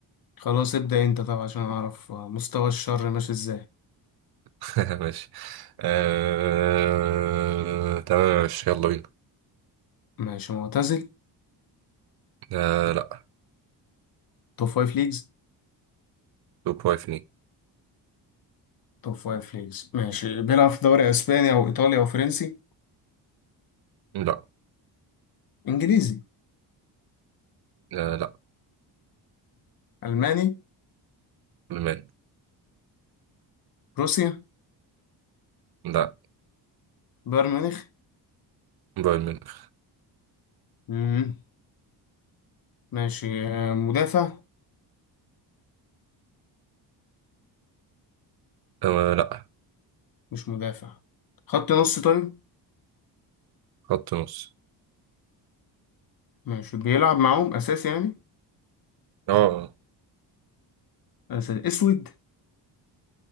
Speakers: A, on the left; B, on the right.
A: خلاص ابدا انت طبعا عشان اعرف آه، مستوى الشر ماشي ازاي
B: <laughs> ماشي أه تمام ماشي يلا بينا
A: ماشي معتزل
B: أه لا
A: توب فايف ليجز
B: توب فايف ليه
A: توب فايف ليجز ماشي بيلعب في دوري اسباني او ايطالي او فرنسي
B: لا
A: انجليزي
B: أه لا
A: الماني
B: المان
A: روسيا
B: لا
A: بايرن ميونخ
B: بايرن ميونخ
A: مم. ماشي آه، مدافع
B: أه لا
A: مش مدافع خط نص طيب
B: خط نص
A: ماشي بيلعب معاهم اساسي يعني
B: اه آه،
A: أساسي. اسود